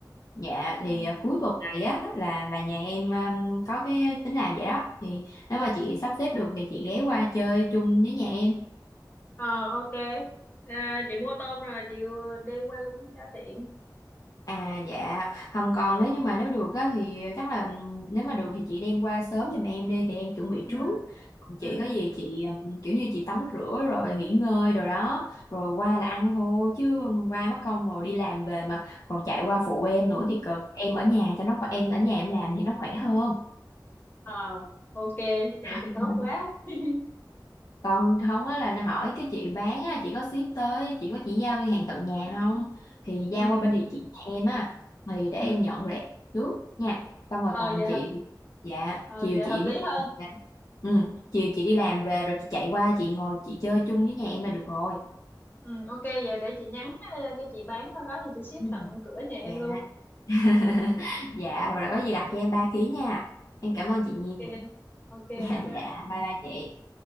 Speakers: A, on the left; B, on the left.
A: Dạ
B: ừ
A: thì à, cuối tuần này á là là nhà em um, có cái tính làm vậy đó. Thì nếu mà chị sắp xếp được thì chị ghé qua chơi chung với nhà em.
B: ờ ok à, chị mua tôm rồi chị đem qua luôn cho tiện
A: À dạ, không còn nếu như mà nếu được á thì chắc là ừm, nếu mà được thì chị đem qua sớm giùm em đi thì em chuẩn bị
B: ừ
A: trước. Còn Chị
B: ừ
A: có gì chị ừm, kiểu như chị tắm rửa rồi nghỉ ngơi rồi đó, rồi qua là ăn thôi chứ qua mất công rồi đi làm về mà còn chạy qua phụ em nữa
B: ừ <laughs>
A: thì cực. Em ở nhà cho nó khỏe, em ở nhà em làm thì nó khỏe hơn.
B: ờ ok vậy
A: <laughs>
B: thì tốt quá <laughs>
A: còn không á là nó hỏi cái chị bán á chị có ship tới chị có chị giao hàng tận nhà không thì giao
B: ừ
A: qua bên địa chỉ nhà em á thì để
B: ừ
A: em nhận rồi em trước nha xong rồi
B: ờ
A: còn
B: vậy
A: chị
B: hợp
A: dạ
B: ờ
A: chiều
B: vậy
A: chị
B: hợp lý
A: đi
B: hơn
A: làm về. ừ, chiều chị đi làm về rồi chị chạy qua chị ngồi chị chơi chung với nhà em là được rồi
B: ừ ok vậy để chị nhắn ờ, cái chị bán nó có thì chị ship
A: Ừ.
B: tận cửa nhà em
A: dạ
B: luôn
A: <laughs> dạ và có gì đặt cho em ba ký nha em
B: ừ,
A: cảm
B: ok
A: ơn chị nhiều <laughs>
B: ok bye
A: dạ
B: bye
A: dạ bye bye chị